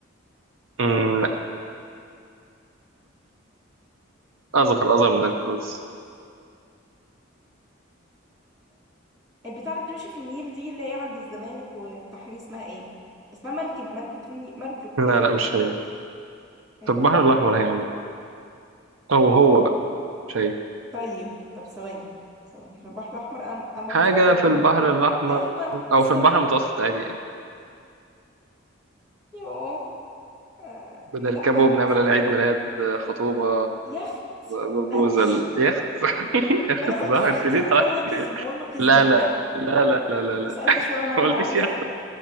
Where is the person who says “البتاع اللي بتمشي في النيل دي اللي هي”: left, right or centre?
Right